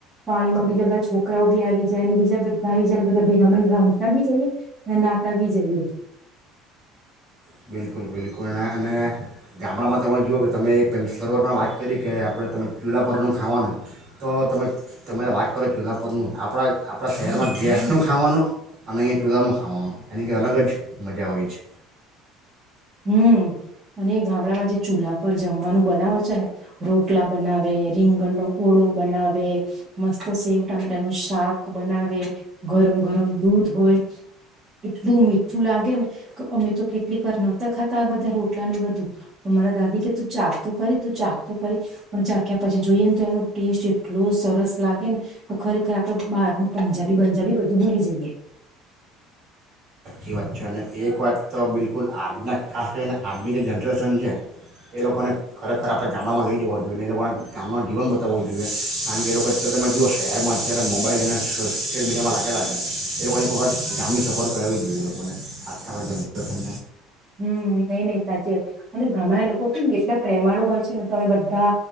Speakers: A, on the right; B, on the right.
A: પાણીમાં બીજા બધા છોકરાઓ બી આવી જાય બીજા બધા તાવી જાર બધા ભેગા મળીન રમતા બી જઈએ, અને નાતા બી જઈએ.
B: બિલકુલ બિલકુલ ને-અને ગામડામાં તમે જુઓ કે તમે એક પહેલ સરોવરમાં વાત કરી કે આપણે તમે ચૂલા પરનું ખાવાનું, તો તમે તમારે વાત કરો ચૂલા પરનું આપણા-આપણા શહેરમાં ગેસનું ખાવાનું, અને અહીંયા ચૂલાનું ખાવાનું, એની કઈ અલગ જ મજા હોય છે.
A: હમ્મ, અને એ ગામડામાં જે ચૂલા પર જમવાનું બનાવ છ ન, રોટલા બનાવે, રીંગણનો ઓળો બનાવે, મસ્ત સેવ ટામેટાનું શાક બનાવે, ગરમ ગરમ દૂધ હોય, એટલું મીઠું લાગે ને, ક અમે તો કેટલીક વાર ન તા ખાતા આ બધા રોટલા ને એ બધું, પ મારા દાદી કે તું ચાખ તો ખરી તું ચાખ તો ખરી, પ ણ ચાખ્યા પછી જોઈએ ને તો એનો ટેસ્ટ એટલો સરસ લાગે ન, કે ખરેખર આપડ બહારનું પંજાબી-બંજાબી બધું ભૂલી જઈએ.
B: એ વાત છે અને એક વાત તો બિલકુલ આજના ખાસ કરીને આજની જે જનરેશન છે, એ લોકોને ખરેખર આપણે ગામડામાં લઈ જવા જોઈએ ને એ લોકોને ગામનો જીવન બતાવવો જોઈએ, કારણ કે એ લોકો અત્યારે તમે જુઓ શહેરમાં અત્યારે મોબાઈલ અને સોશિયલ મીડિયામાં લાગેલા છે, એ લોકોને એક વખત ગામની સફર કરાવી જોએ. એ લોકોને, આજકાલ આ જનરેશન
A: હમ્મ નહી નઈ સાચી, અને ગામડાના લોકો કેમ એટલા પ્રેમાળુ હોય છે ને તો અમે બધા